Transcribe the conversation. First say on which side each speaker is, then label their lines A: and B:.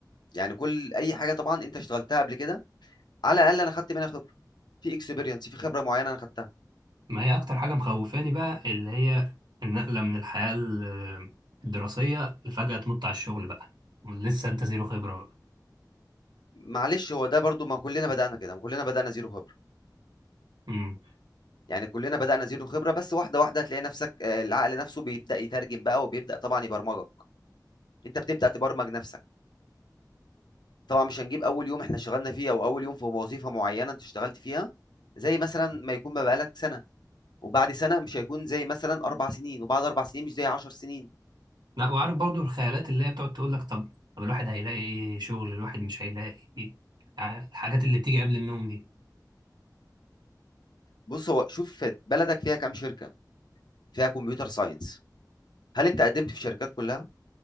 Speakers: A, on the left; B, on the right.
A: يعني كل اي حاجه طبعا انت اشتغلتها قبل كده على الاقل انا خدت منها خبره في اكسبيرينس في خبره معينه انا خدتها
B: ما هي اكتر حاجه مخوفاني بقى اللي هي النقله من الحياه ال- الدراسيه لفجاه تنط على الشغل بقى لسه انت زيرو خبره بقى
A: معلش هو ده برضو ما كلنا بدأنا كده ما كلنا بدأنا زيرو خبرة
B: امم
A: يعني كلنا بدأنا زيرو خبرة بس واحدة واحدة هتلاقي نفسك آه، العقل نفسه بيبدأ يترجم بقى وبيبدأ طبعا يبرمجك انت بتبدأ تبرمج نفسك طبعا مش هنجيب اول يوم احنا اشتغلنا فيه او اول يوم في وظيفة معينة انت اشتغلت فيها زي مثلا ما يكون بقى بقالك سنة وبعد سنة مش هيكون زي مثلا اربع سنين وبعد اربع سنين مش زي عشر سنين
B: لا وعارف برضو الخيالات اللي هي بتقعد تقول لك طب طب الواحد هيلاقي ايه شغل الواحد مش هيلاقي ايه ع- الحاجات اللي بتيجي قبل النوم دي
A: بص هو شوف بلدك فيها كام شركة فيها كمبيوتر ساينس هل انت قدمت في الشركات كلها